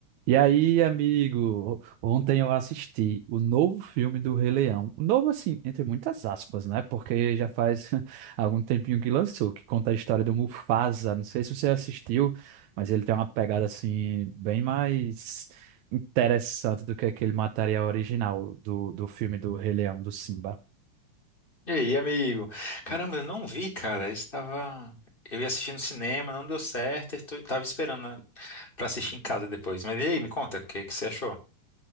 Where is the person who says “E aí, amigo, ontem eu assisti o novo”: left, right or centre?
Right